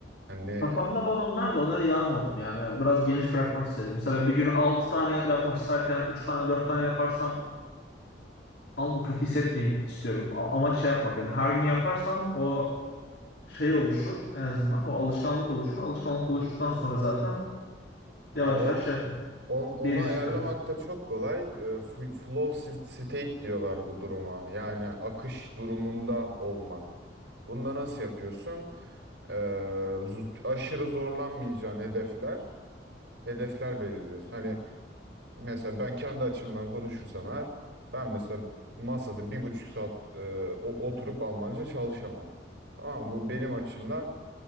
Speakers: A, on the right; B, on the left.
A: Hani ne-
B: Kafamda var onlar da onları yazmadım yani. Biraz geniş bırakmak istedim. Mesela bir gün 6 tane yapmak isterken 3 tane 4 tane yaparsam alnımı kötü hissetmeyeyim istiyorum. A- Ama şey yapmak yani her gün yaparsam o şey oluşur en azından. O alışkanlık oluşur. Alışkanlık oluştuktan sonra zaten yavaş
A: ya o
B: yavaş şey yapayım
A: on, onu
B: diye düşünüyorum.
A: ayarlamak da çok kolay. Ee, f- Flow si- state diyorlar bu duruma. Yani akış durumunda olmak. bunda nasıl yapıyorsun? Ee, zu- aşırı zorlanmayacağın hedefler, hedefler belirliyorsun. Hani Mesela ben kendi açımdan konuşursam eğer ben mesela masada bir buçuk saat e, o- oturup Almanca çalışamam. Tamam mı? Bu benim açımdan